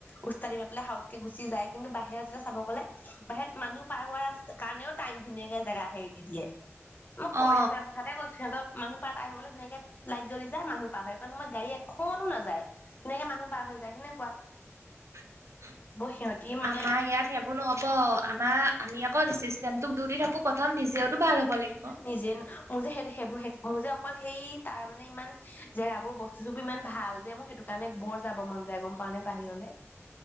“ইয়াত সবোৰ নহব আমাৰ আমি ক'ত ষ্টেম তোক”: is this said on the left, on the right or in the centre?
Right